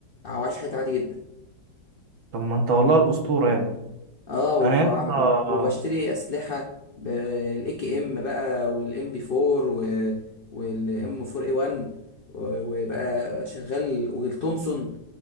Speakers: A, on the left; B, on the right.
A: او عايش حياتي عادي جدا
B: طب ما انت والله الاسطوره يا ابني
A: اه وبعم-
B: انا يا اسطى
A: وب- وبشتري اسلحه بالاي كي ام بقى والام بي 4 والام 4 اي 1 وبقى شغال والتومسون